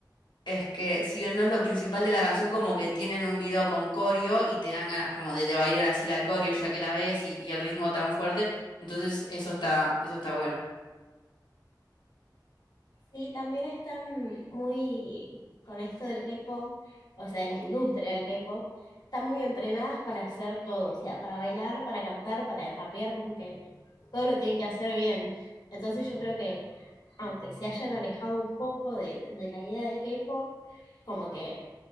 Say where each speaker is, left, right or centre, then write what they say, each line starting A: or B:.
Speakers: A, on the left; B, on the left.
A: es que si bien no es lo principal de la canción, como que tienen un video con coreo y te dan ganas como de, de bailar así la coreo ya que la ves y, y el ritmo tan fuerte, entonces eso está, eso está bueno.
B: Sí, también están muy con esto del K-pop, o sea, de la industria del K-pop, están muy entrenadas para hacer todo, o sea, para bailar, para cantar, para rapear, como que todo lo tienen que hacer bien. Entonces yo creo que aunque se hayan alejado un poco de, de- de la idea del K-pop, como que